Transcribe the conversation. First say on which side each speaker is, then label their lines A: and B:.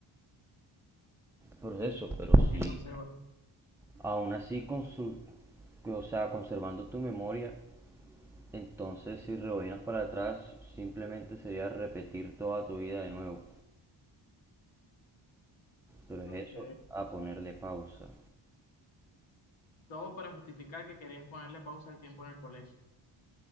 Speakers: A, in the centre; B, on the left (about 70°).
A: Proceso, pero si
B: que conserva.
A: aún así con su o sea, conservando tu memoria, entonces si rebobinas para atrás, simplemente sería repetir toda tu vida de nuevo. Pero es
B: Ok.
A: eso, a ponerle pausa.
B: Todo para justificar que querías ponerle pausa al tiempo en el colegio.